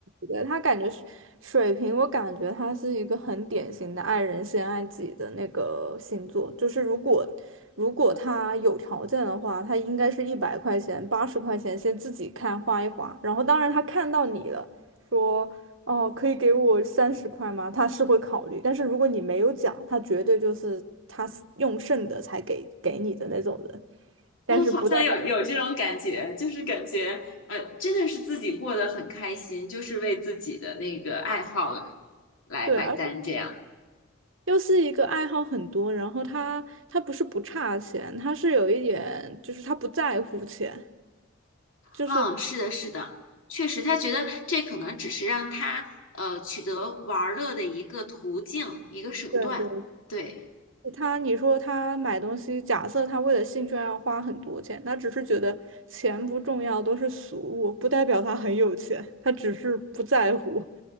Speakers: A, on the right; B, on the left.
A: 对，他感觉水水瓶，我感觉他是一个很典型的爱人先爱己的那个星座。就是如果如果他有条件的话，他应该是一百块钱、八十块钱先自己看花一花，然后当然他看到你了，说哦可以给我三十块吗？他是会考虑，但是如果你没有讲，他绝对就是他用剩的才给给你的那种人，
B: <laughs>
A: 但是不代表
B: 嗯，好像有有这种感觉，就是感觉，呃，真的是自己过得很开心，就是为自己的那个爱好来买单这样。
A: 对。而又是一个爱好很多，然后他他不是不差钱，他是有一点就是他不在乎钱，就是
B: 嗯，是的，是的，确实，他觉得这可能只是让他呃取得玩儿乐的一个途径，一个手段。
A: 对
B: 对，
A: 对，他你说他买东西，假设他为了兴趣爱好花很多钱，他只是觉得钱不重要，都是俗物，不代表他很有钱，他只是不在乎。